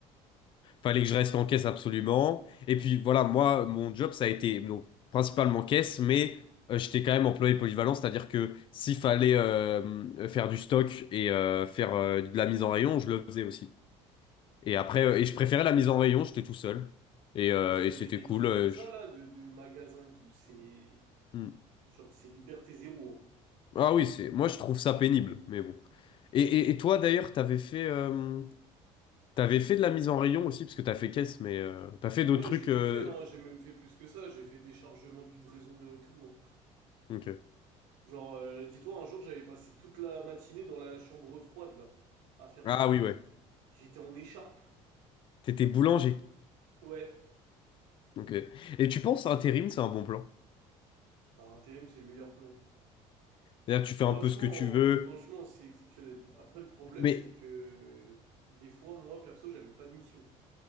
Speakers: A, on the left; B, on the right.
A: Fallait que je reste en caisse absolument. Et puis voilà, moi, mon job, ça a été donc principalement caisse, mais euh, j'étais quand même employé polyvalent, c'est-à-dire que s'il fallait euh, faire du stock et euh, faire euh, de la mise en rayon, je le faisais aussi. Et après, euh, et je préférais la mise en rayon, j'étais tout seul. Et, euh,
B: parce que
A: et
B: les,
A: c'était
B: les
A: cool.
B: trucs
A: euh,
B: comme ça
A: je-
B: là de, de magasins et tout, c'est
A: Hmm.
B: genre c'est liberté zéro. hein.
A: Ah oui, c'est moi je trouve ça pénible, mais bon. Et, et, et toi d'ailleurs, t'avais fait, euh, t'avais fait de la mise en rayon aussi, parce que t'as fait caisse, mais euh, t'as fait d'autres
B: Ouais,
A: trucs.
B: j'ai tout
A: euh,
B: fait, hein, j'ai même fait plus que ça, j'ai fait des chargements de livraison et tout. hein.
A: Ok.
B: Genre, euh, dis-toi, un jour j'avais passé toute la matinée dans la chambre froide là, à faire
A: Ah
B: du pain.
A: oui, ouais.
B: J'étais en écharpe.
A: T'étais boulanger.
B: Ouais,
A: Ok. Et tu penses intérim, c'est un bon plan?
B: par intérim, c'est le meilleur plan.
A: C'est-à-dire, tu fais
B: Franchement,
A: un peu ce que tu veux,
B: franchement, c'est exceptionnel. Après, le problème,
A: mais
B: c'est que des fois, moi, perso, j'avais pas de mission.